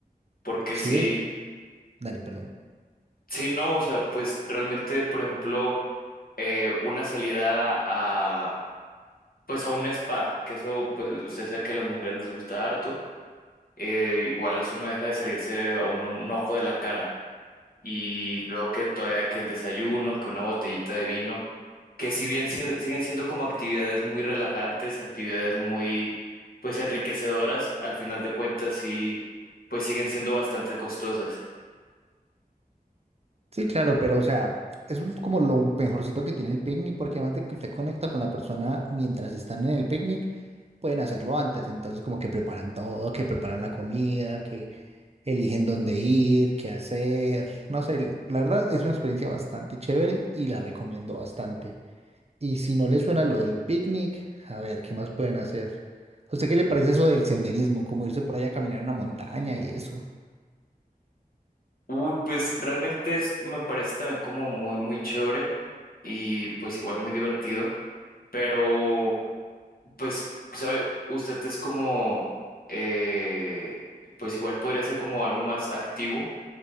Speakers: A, on the left; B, on the right.
A: Porque
B: Sí,
A: sí,
B: dale, perdón.
A: sí, no, o sea, pues realmente, por ejemplo, eh, una salida a, pues a un spa, que eso, pues usted sabe que a las mujeres les gusta harto, eh, igual eso no deja de salirse a uno un ojo de la cara. y luego que todavía que el desayuno, que una botellita de vino, que si bien sie- siguen siendo como actividades muy relajantes, actividades muy pues enriquecedoras, al final de cuentas sí pues siguen siendo bastante costosas.
B: Sí, claro, pero o sea, eso es como lo mejorcito que tiene el picnic, porque además de que usted conecta con la persona mientras están en el picnic, pueden hacerlo antes, entonces como que preparan todo, que preparan la comida, eligen dónde ir, qué hacer. No sé, l- la verdad es una experiencia bastante chévere y la recomiendo bastante. Y si no les suena lo del picnic, a ver, ¿qué más pueden hacer? ¿A usted qué le parece eso del senderismo? Como irse por allá a caminar en una montaña y eso.
A: Uy, pues realmente es, me parece también como muy muy chévere y pues igual muy divertido, pero pues sabe, usted es como eh, pues igual podría ser como algo más activo